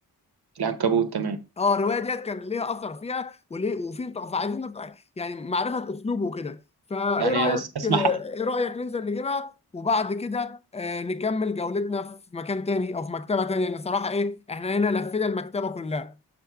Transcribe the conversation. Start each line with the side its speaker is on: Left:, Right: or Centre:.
Right: العنكبوت تمام
Left: اه الروايه ديت كان ليها اثر فيها وليه وفي نقاش- فعايزين نبقى يعني معرفه اسلوبه وكده فايه
Right: يعني
Left: رايك
Right: أس- اسمع
Left: ايه رايك ننزل نجيبها وبعد كده آه، نكمل جولتنا في مكان تاني او في مكتبه تانيه لان صراحه ايه احنا هنا لفينا المكتبه كلها